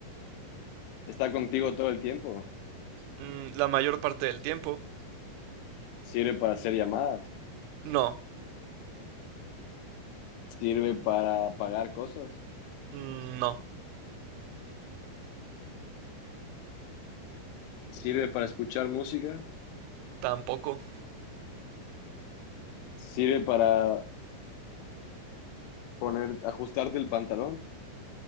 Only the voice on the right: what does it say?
mm, la mayor parte del tiempo.
No.
Mm, no,
tampoco.